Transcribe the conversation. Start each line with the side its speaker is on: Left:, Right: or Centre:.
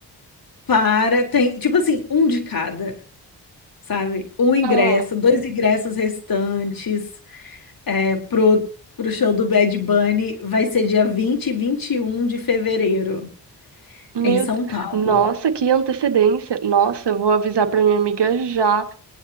Left: para, tem, tipo assim, um de cada. sabe? Um ingresso,
Right: Ah,
Left: dois ingressos restantes é, pro, pro show do Bad Bunny vai ser dia 20 e 21 de fevereiro,
Right: meu...
Left: em São
Right: Deus.
Left: Paulo.
Right: Nossa, que antecedência. Nossa, eu vou avisar pra minha amiga já.